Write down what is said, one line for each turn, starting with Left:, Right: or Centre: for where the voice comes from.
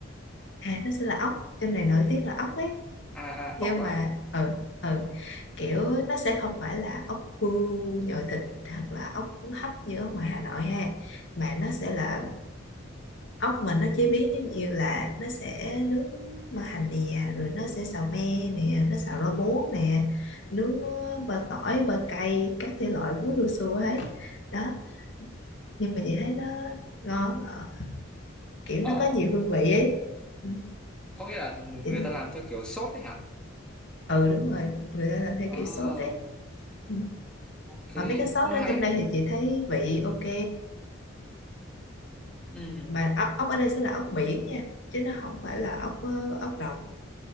Left: à nó sẽ là ốc trong này nổi tiếng là ốc ấy
Centre: À, à,
Left: nhưng
Centre: ốc à?
Left: mà ừ ừ kiểu nó sẽ không phải là ốc bươu nhồi thịt hoặc là ốc cuốn hấp như ở ngoài Hà Nội ha mà nó sẽ là ốc mà nó chế biến giống như là nó sẽ nướng mỡ hành nè rồi nó sẽ xào me nè nó xào rau muống nè nướng ờ, bơ tỏi bơ cay các thể loại bún lua xua hết đó nhưng mà chị thấy nó ngon ờ, kiểu
Centre: Ờ,
Left: nó có nhiều hương vị ấy Ừ.
Centre: có nghĩa là người
Left: Chị
Centre: ta làm theo kiểu sốt đấy hả?
Left: ừ đúng rồi người ta làm theo
Centre: À,
Left: kiểu sốt đấy ừ.
Centre: ok,
Left: mà mấy cái sốt
Centre: cũng hay.
Left: đó trong đây thì chị thấy vị ok
Centre: Ừ,
Left: mà ốc ốc ở đây sẽ là ốc biển nha chứ nó không phải là ốc ờ, ốc đồng